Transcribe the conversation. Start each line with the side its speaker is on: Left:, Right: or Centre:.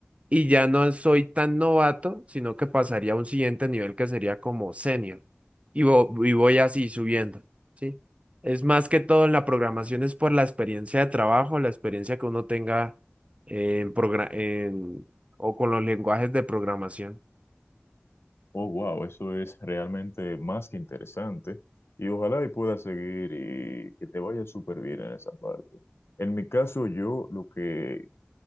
Right: y ya no soy tan novato, sino que pasaría a un siguiente nivel que sería como senior y, vo- y voy así subiendo, ¿sí? Es más que todo en la programación, es por la experiencia de trabajo, la experiencia que uno tenga en progra- en- o con los lenguajes de programación.
Left: Oh, wow, eso es realmente más que interesante. Y ojalá y puedas seguir y que te vaya súper bien en esa parte. En mi caso, yo lo que